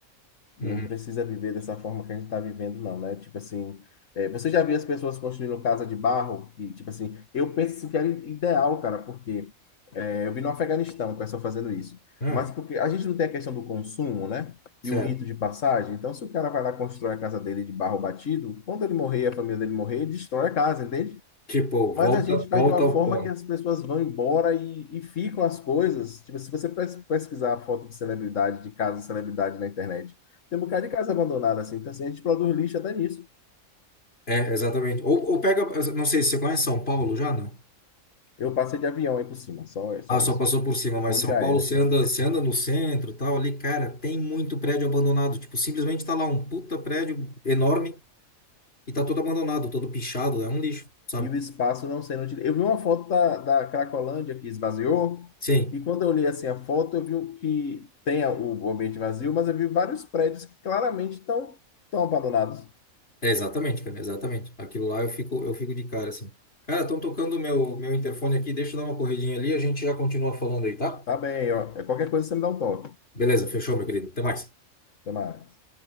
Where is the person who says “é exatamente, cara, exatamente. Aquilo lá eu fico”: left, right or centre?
Left